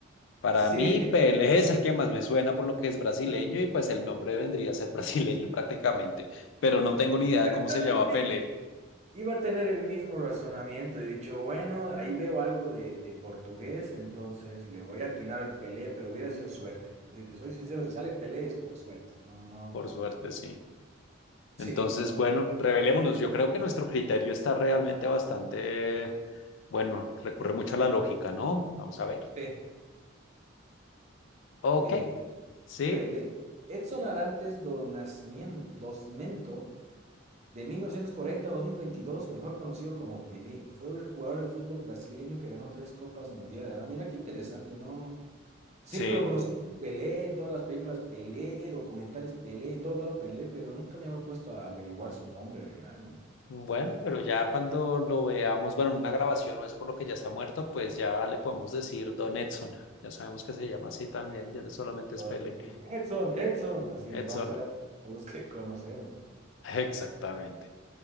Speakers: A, on the left; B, on the right.
A: para
B: Sí,
A: mí,
B: <laughs>
A: Pelé es el que más me suena por lo que es brasileño
B: yo
A: y pues el nombre vendría a ser <laughs> brasileño prácticamente, pero no tengo ni idea de cómo
B: exactamente
A: se llama Pelé,
B: iba a tener el mismo razonamiento. He dicho, bueno, ahí veo algo de, de portugués, entonces le voy a atinar al Pelé, pero hubiera sido suerte. Si te soy sincero, si sale Pelé es por suerte. No, no.
A: por
B: <laughs>
A: suerte, sí.
B: Sí,
A: Entonces,
B: no.
A: bueno, revelémonos. Yo creo que nuestro criterio está realmente bastante, bueno, recurre mucho a la lógica, ¿no? Vamos a ver.
B: Pe-
A: Ok,
B: pe-
A: sí,
B: Pelé. Edson Arantes do Nascimento Dosmento, de 1940 a 2022, mejor conocido como Pelé, fue el jugador de fútbol brasileño que ganó tres copas mundiales. Ah, mira qué interesante, ¿no? Siempre
A: sí.
B: lo conocí como Pelé, en todas las películas Pelé, documentales Pelé, en todo lado Pelé, pero nunca me había puesto a averiguar su nombre real, ¿no?
A: Bueno, pero ya cuando lo veamos, bueno, en una grabación o eso por lo que ya está muerto, pues ya le podemos decir Don Edson. Ya sabemos que se llama así también, ya no solamente
B: Son-
A: es Pele.
B: Edson, Edson, así
A: Edson,
B: nos vamos a hacer a a los que conocemos.
A: <laughs> exactamente.